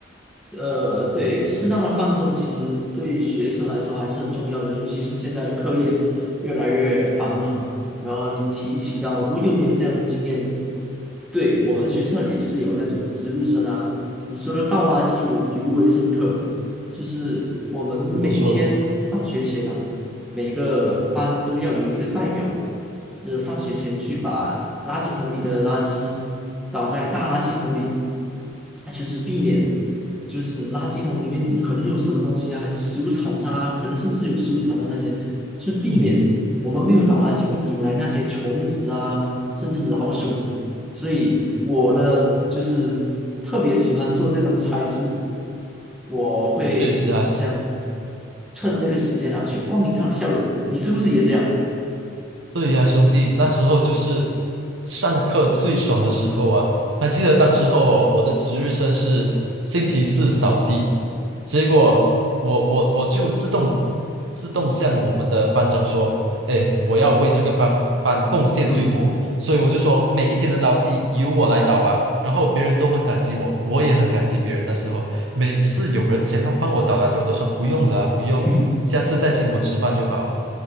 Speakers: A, in the centre; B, on the right.
A: 呃，对，适当的放松其实对学生来说还是很重要的，尤其是现在课业越来越繁忙。然后你提起到我有没有这样的经验？对，我们学校也是有那种值日生啊，你说的倒垃圾我尤为深刻，就是我们每天放学前啊，
B: 怎么说？
A: 每个班都要有一个代表，就是放学前去把垃圾桶里的垃圾倒在大垃圾桶里，就是避免。就是垃圾桶里面可能有什么东西啊，还是食物残渣啊，可能甚至有食物残渣那些，是避免我们没有倒垃圾会引来那些虫子啊，
B: 嗯，
A: 甚至老鼠。所以我呢，就是特别喜欢做这种差事，我会好像
B: 确实啊，
A: 趁那个时间啊，去逛一趟校园。你是不是也这样？
B: 对呀，兄弟，那时候就是上课最爽的时候啊！还记得当时候哦我的值日生是星期四扫地，结果我我我就自动自动向我们的班长说：“哎，我要为这个班班贡献最多。”所以我就说每一天的垃圾由我来倒吧。
A: 嗯，
B: 然后别人都很感激我，我也很感激别人。那时候每次有人想要帮我倒垃圾，我都说不用了，不用，
A: <laughs>
B: 下次再请我吃饭就好，